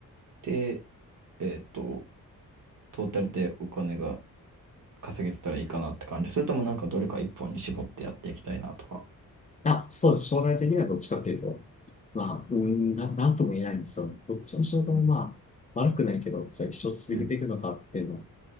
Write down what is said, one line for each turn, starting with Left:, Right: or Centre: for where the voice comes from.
Right: て、えっと、トータルでお金が稼げてたらいいかなって感じ。それともなんかどれか一本に絞ってやっていきたいなとか。
Left: あ、そうです。将来的にはどっちかっていうと、まあ、うん、な、なんとも言えないんですよ。どっちの仕事もまあ、
Right: うん。
Left: 悪くないけど、じゃあ一生続けていくのかっていうのは、
Right: うん。